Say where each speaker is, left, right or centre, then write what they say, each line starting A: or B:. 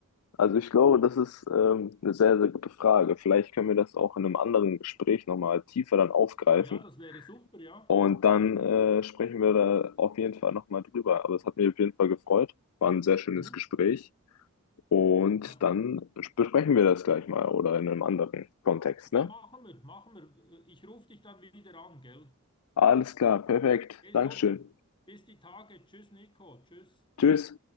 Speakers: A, on the left; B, on the left.
A: also ich glaube, das ist ähm, eine sehr, sehr gute Frage. Vielleicht können wir das auch in einem anderen Gespräch nochmal tiefer dann aufgreifen
B: Ja, das wäre super, ja.
A: Und dann äh, sprechen wir da auf jeden Fall nochmal drüber. Aber es hat mich auf jeden Fall gefreut. War ein sehr schönes
B: Mhm.
A: Gespräch. Und
B: Ja,
A: dann besprechen wir das gleich mal oder in einem anderen Kontext,
B: ja,
A: ne?
B: machen wir, machen wir. Ich rufe dich dann wieder an, gell?
A: Alles klar, perfekt.
B: Hey,
A: Dankeschön.
B: super. Bis die Tage. Tschüss, Nico. Tschüss.
A: Tschüss.